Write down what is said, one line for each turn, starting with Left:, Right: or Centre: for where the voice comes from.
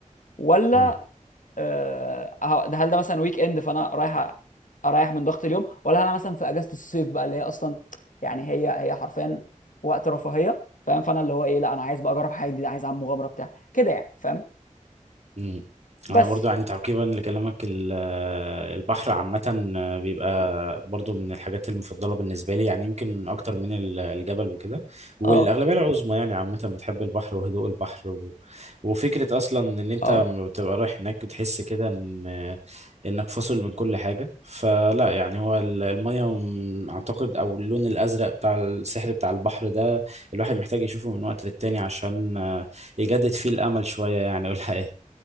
Left: ولا
Right: اه
Left: آه، ه- ده- هل ده مثلا ويك اند فانا رايح أ- اريح من ضغط اليوم ولا انا مثلا في اجازه الصيف بقى اللي هي اصلا يعني هي هي حرفيا وقت رفاهيه فاهم فانا اللي هو ايه لا انا عايز بقى اجرب حاجه جديده عايز اعمل مغامره بتاع كده يعني فاهم
Right: مم.
Left: بس
Right: انا برضو يعني تعقيبا لكلامك ال- آه، البحر عامة بيبقى برضو من الحاجات المفضلة بالنسبة لي يعني يمكن أكتر من ال- الجبل وكده والأغلبية
Left: اه
Right: العظمى يعني عامة بتحب البحر وهدوء البحر و... وفكرة أصلا إن أنت
Left: اه
Right: لما بتبقى رايح هناك بتحس كده إن إنك فاصل من كل حاجة فلا يعني هو ال- المية م- أعتقد أو اللون الأزرق بتاع السحر بتاع البحر ده الواحد محتاج يشوفه من وقت للتاني عشان آه، يجدد فيه الأمل شوية يعني والحقيقة